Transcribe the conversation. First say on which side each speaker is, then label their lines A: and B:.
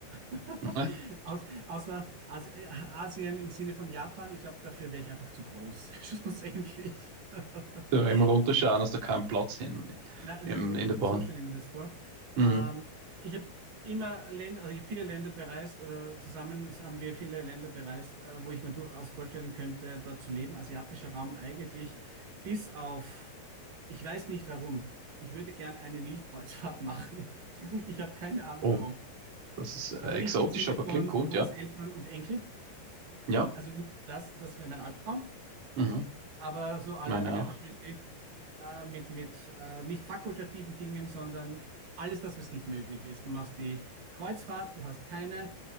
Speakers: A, on the right (about 60°); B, on the right (about 40°).
A: <laughs>
B: <laughs>
A: Aus, außer Asi- Asien im Sinne von Japan, ich glaube, dafür wäre ich einfach zu groß, <laughs> schlussendlich. <laughs>
B: Da immer runterschauen, hast du keinen Platz in,
A: Na, das
B: in,
A: ist, ri-
B: in der Bahn.
A: so stelle ich mir das vor.
B: Mhm.
A: Ähm, ich habe immer Länder, also ich habe viele Länder bereist oder zusammen haben wir viele Länder bereist, äh, wo ich mir durchaus vorstellen könnte, dort zu leben. Asiatischer Raum eigentlich, bis auf, ich weiß nicht warum. Ich würde gern eine Nilkreuzfahrt machen. <laughs> Ich habe keine Ahnung
B: Oh,
A: warum.
B: das ist äh,
A: Also
B: exotisch,
A: nicht im Sinne
B: aber
A: von
B: klingt gut,
A: Großeltern
B: ja.
A: und Enkel.
B: Ja,
A: Also nicht das, das wäre mein Albtraum.
B: mhm.
A: Aber so alle
B: Meine
A: Agatha
B: auch.
A: Christie äh, mit, mit äh, nicht fakultativen Dingen, sondern alles das, was nicht möglich ist. Du machst die Kreuzfahrt, du hast keine